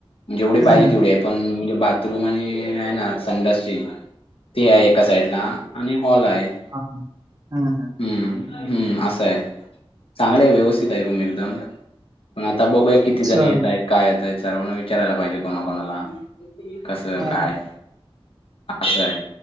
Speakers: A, on the left (about 65°); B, on the right (about 40°).
A: जेवढे
B: हम्म,
A: पाहिजे तेवढे पण म्हणजे बाथरूम आणि आहे ना संडसची. ते आहे एका साइड ला आणि हॉल आहे.
B: ह हा हा हा.
A: हम्म हम्म असं आहे‌. चांगले आहे व्यवस्थित आहे रूम एकदम पण आता बघूया किती जण
B: चाल
A: येत आहेत. काय येतय सर्वांना विचारायला पाहिजे कोणाकणाला. कस
B: हा
A: काय
B: हा,
A: अस आहे